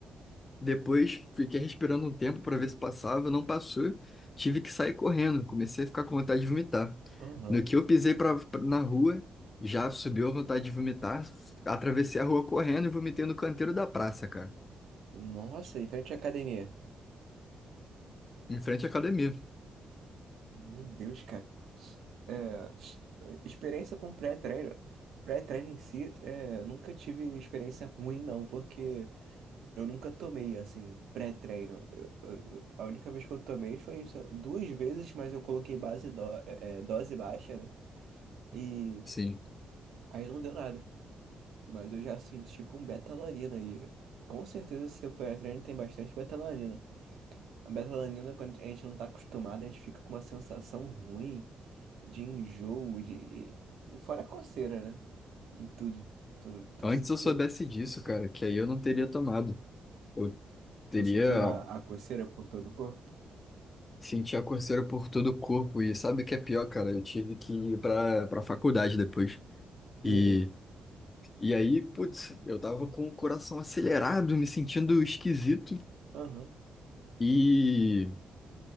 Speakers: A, on the left; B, on the right.
A: Depois fiquei respirando um tempo para ver se passava, não passou. Tive que sair correndo, comecei a ficar com vontade de vomitar.
B: aham.
A: No que eu pisei pra, pra- na rua, já subiu a vontade de vomitar. Atravessei a rua correndo e vomitei no canteiro da praça, cara,
B: Nossa, em frente à academia.
A: em frente à academia.
B: Meu Deus, cara. É, experiência com pré-treino. Pré-treino em si, é, nunca tive experiência ruim, não, porque. Eu nunca tomei, assim, pré-treino. Eu- eu- eu- A única vez que eu tomei foi só duas vezes, mas eu coloquei base dó- é, é, dose baixa, né? E
A: Sim.
B: aí não deu nada. Mas eu já senti com betalanina e com certeza seu pré-treino tem bastante betalanina. A betalanina, quando a gente não tá acostumado, a gente fica com uma sensação ruim de enjoo, de... E e fora a coceira, né? Em tudo. Tu, tu
A: Antes
B: sentiu,
A: eu soubesse disso, cara, que aí eu não teria tomado. Eu teria
B: tu sentiu a, a coceira por todo o corpo?
A: senti a coceira por todo o corpo e sabe o que é pior, cara? Eu tive que ir pra para faculdade depois. e
B: E aí?
A: E aí, putz, eu tava com o coração acelerado, me sentindo esquisito.
B: Aham.
A: E,